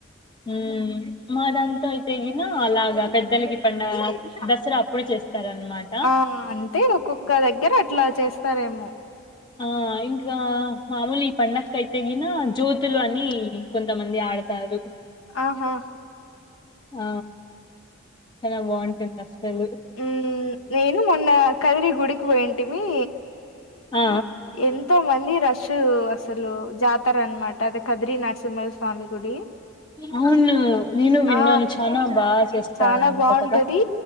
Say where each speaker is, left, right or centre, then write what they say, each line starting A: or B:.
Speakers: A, on the left; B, on the left.
A: మ్ మా దాంతో అయితే గిన, అలాగ పెద్దలకి పండగ. దసరా అప్పుడు చేస్తారనమాట
B: ఆ అంటే ఒక్కొక్క దగ్గర అట్లా చేస్తారేమో.
A: ఆ ఇంకా మామూలి ఈ పండకైతేగిన జ్యోతులు అని కొంతమంది ఆడతారు.
B: ఆహా
A: ఆ చాన బాంటుంది. అసల్
B: మ్ నేను మొన్న కదిరి గుడికి పోయింటిమి.
A: ఆ
B: ఎంత మంది రష్యు అసలు, జాతర అనమాట అది. కదిరి నరసింహ స్వామి గుడి.
A: అవును. నేను విన్నాను
B: ఆ
A: చానా బాగా చేస్తారంట
B: చాన బాంటది.
A: కదా